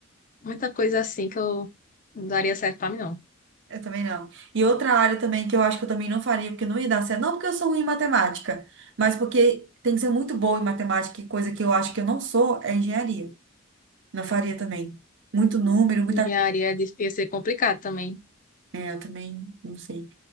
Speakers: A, on the left; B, on the right.
A: muita coisa assim que eu não daria certo pra mim, não.
B: Eu também não. E outra área também que eu acho que eu também não faria, porque não ia dar certo. Não porque eu sou ruim em matemática, mas porque tem que ser muito boa em matemática, e coisa que eu acho que eu não sou é engenharia. Não faria também. Muito número, muita
A: Engenharia é difícil, é complicado também.
B: É, eu também não sei.